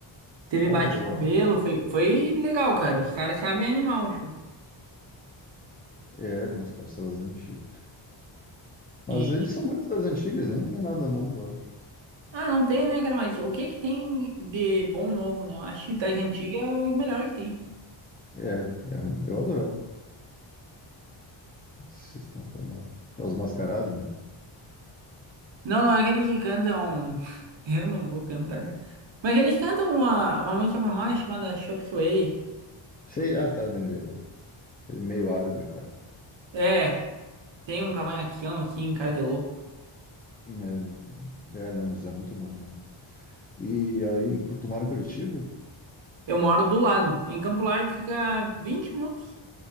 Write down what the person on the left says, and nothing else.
Ah,
que legal.
É, não, os caras são as antigas. Mas
eles são muito das antigas, nem tem nada novo, eu acho.
É, é, é, eu adorava. Vocês estão falando. É os mascarados, né?
Sei, ah, tá, lembrei agora. Ele é meio árabe, o cara.
É, é, não, eles é muito bom mesmo. E aí, em cu- tu mora em Curitiba?